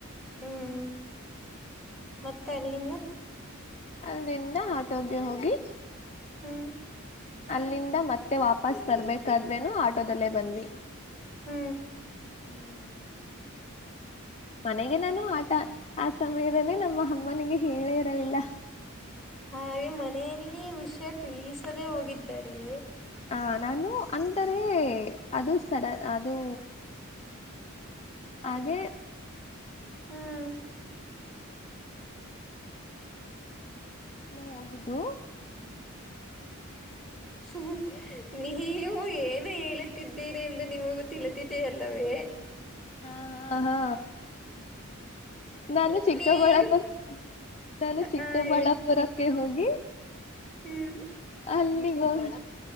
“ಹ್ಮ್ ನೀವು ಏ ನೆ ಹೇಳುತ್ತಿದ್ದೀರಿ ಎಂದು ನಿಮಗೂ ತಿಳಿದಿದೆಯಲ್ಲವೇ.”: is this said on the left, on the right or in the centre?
Centre